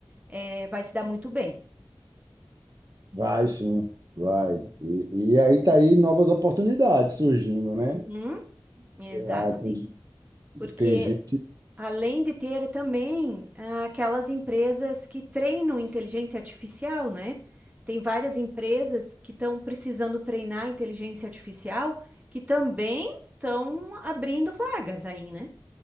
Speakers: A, on the right (about 20°); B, on the right (about 50°).
A: é, vai se dar muito bem.
B: vai sim, vai. E, e aí tá aí novas oportunidades surgindo,
A: Uhum.
B: né?
A: Exatamente.
B: Ah, tem,
A: Porque
B: tem gente
A: além de ter também ah, aquelas empresas que treinam inteligência artificial, né? Tem várias empresas que estão precisando treinar inteligência artificial que também estão abrindo vagas aí, né?